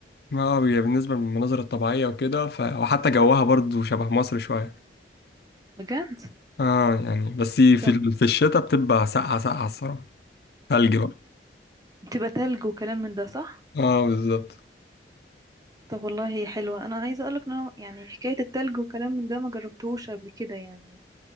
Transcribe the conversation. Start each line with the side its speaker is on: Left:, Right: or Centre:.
Left: آه، هي بالنسبة للمناظر الطبيعية وكده ف... وحتى جوها برضو شبه مصر شوية
Right: بجد
Left: اه يعني بس في
Right: طب
Left: ال- في الشتاء بتبقى ساقعة ساقعة الصراحة ثلج بقى
Right: تبقى تلج وكلام من ده صح
Left: اه بالظبط
Right: طب والله هي حلوة انا عايزة اقولك ان أنا يعني حكاية التلج وكلام من ده ما جربتهوش قبل كده يعني